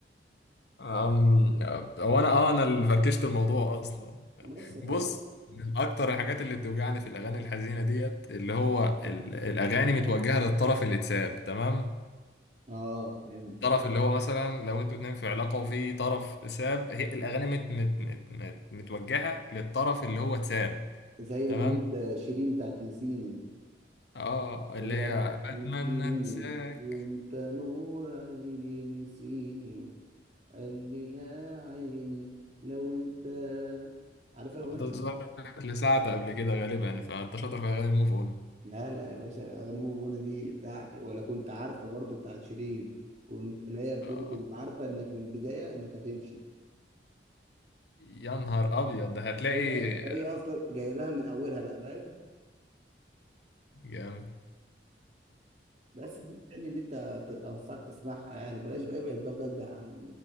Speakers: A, on the left; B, on the right.
A: أم... هو انا اه انا اللي فركشت الموضوع اصلا
B: بس غلط
A: بص من اكتر الحاجات اللي بتوجعني في الاغاني الحزينه ديت اللي هو ال... الاغاني متوجهه للطرف اللي اتساب تمام
B: اه فهمت
A: الطرف اللي هو مثلا لو انتوا اتنين في علاقه وفي طرف ساب هي الاغاني مت... مت... مت... مت... متوجهه للطرف اللي هو اتساب
B: زي اغنية
A: تمام
B: شيرين بتاعت نسيني
A: اه
B: هو
A: اللي هي بتمنى
B: نسيني
A: انساك
B: وانت نور عيني نسيني قال لي يا عيني لو انت عارف الاغنية
A: وتظهر لساعة قبل كده غالبا فانت شاطر في اغاني الموف اون
B: لا لا يا باشا اغاني موف اون دي بتاعتي ولا كنت عارفه برضو بتاعت شيرين كنت لا هي بتقولي
A: آه.
B: كنت عارفه انك من البدايه انك هتمشي
A: يا نهار ابيض ده هتلاقي
B: هي هي اصلا جايباها من اولها بقى فاهم
A: جامد
B: بس دي الاغاني اللي انت ت- انصحك تسمعها يعني بلاش بقى ابعد بقى بجد عن